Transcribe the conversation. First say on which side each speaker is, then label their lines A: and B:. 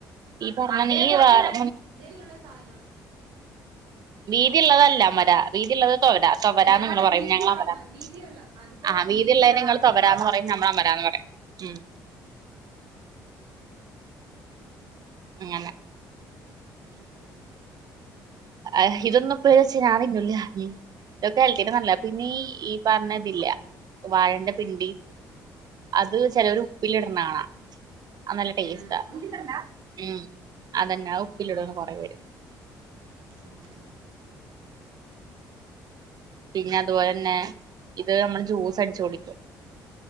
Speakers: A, on the right; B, on the right.
A: ഈ പറഞ്ഞ നീ വേറ്
B: ഇതെരിവുള്ള സാധനമാണ്
A: വീതിള്ളതല്ല അമര വീതിഇള്ളത് താെവരാ താെവരാന്ന്
B: ഞങ്ങളുടെ
A: ഇങ്ങള്പറയും
B: വീതിയുള്ളതാ
A: ഞങ്ങള് അമരാന്നും
B: വീതിയുള്ള അതുപോലെ
A: ആഹ് വീതിള്ളേയ്നെ
B: വീതിയുള്ളതാണ്
A: ഇങ്ങള് താെവരാന്ന്
B: ഞങ്ങളുടെ
A: പറയും
B: അമര
A: ഞമ്മള് അമരാന്ന് പറയും ഉം
B: ആഹ്
A: ഇങ്ങനെ
B: ഉം ഉം
A: അഹ് ഇതൊന്നും ഇപ്പ വെച്ച ഞാനെന്നുല്യേ ഉം ഇതൊക്കെ ഹൽത്തിട്ട് ഹൻലാപ് പിന്നെ ഈ പർണ ഇതില്ല വാഴന്റെ പിണ്ടി അത് ചെലോര് ഉപ്പിലിട്ണാണ നല്ല ടേസ്റ്റാ
B: ഉം ഉണ്ണിത്തണ്ടാ
A: ഉം അതെന്നാ അത് ഉപ്പിലിട്ണ് കൊറെ പേര്
B: ആഹ്
A: പിന്നെ അത്പോലെന്നെ ഇത് നമ്മള് ജൂസ് അടിച്ച്കുടി